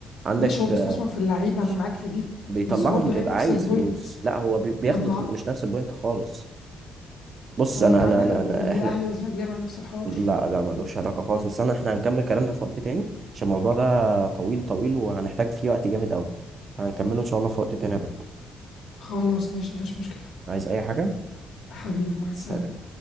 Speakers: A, on the right; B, on the left.
A: عندك
B: ماشي هو بيستثمر
A: آه،
B: في اللعيبة
A: ش-
B: انا معاك في دي
A: بيطلعهم
B: بس برضه
A: بيبقى
B: هي نفس
A: عايز
B: البوينت
A: فلوس لا هو بي- بياخدوا
B: طب ما
A: فلوس مش نفس البوينت خالص بص
B: طب ما
A: انا
B: انت
A: انا
B: عندك
A: انا,
B: الج-
A: أنا
B: الاهلي
A: احنا
B: والزمالك بيعمل نفس الحوار
A: لا لا ملوش علاقة خالص بس أنا إحنا هنكمل كلامنا في وقت تاني عشان الموضوع ده طويل طويل وهنحتاج فيه وقت جامد أوي هنكمله إن شاء الله في وقت تاني يا بطل
B: خلاص ماشي مفيش مشكلة
A: عايز أي حاجة؟
B: حبيبي مع السلامة
A: سلام